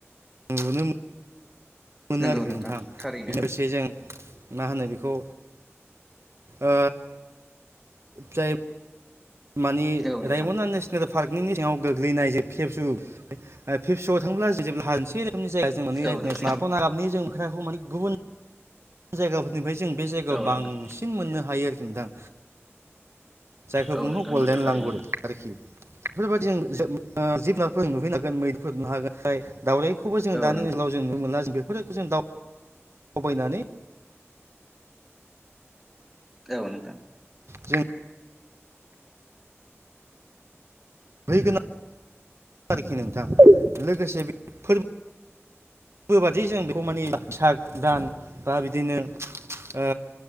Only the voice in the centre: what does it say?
नंगौ
थारैनो
औ नोंथां
औ नोंथां
औ नोंथां
औ
नोंथां
नंगौ थारैनो
औ
नोंथां
औ नोंथां